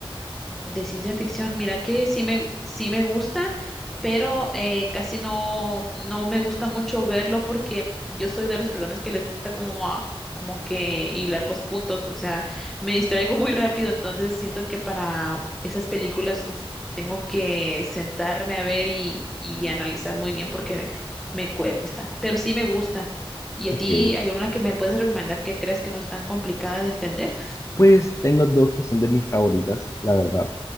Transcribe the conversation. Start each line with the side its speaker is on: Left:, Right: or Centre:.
Centre: De ciencia ficción, mira que sí me, sí me gusta, pero eh, casi no, no me gusta mucho verlo porque yo soy de las personas que les gusta como a- como que hilar los puntos, o sea, me distraigo muy rápido, entonces siento que para esas películas uf, tengo que sentarme a ver y, y analizar muy bien porque me cuesta, pero sí me gusta. ¿Y
Left: Ok.
Centre: a ti hay una que me puedes recomendar que creas que no es tan complicada de entender?
Left: Pues tengo dos que son de mis favoritas, la verdad.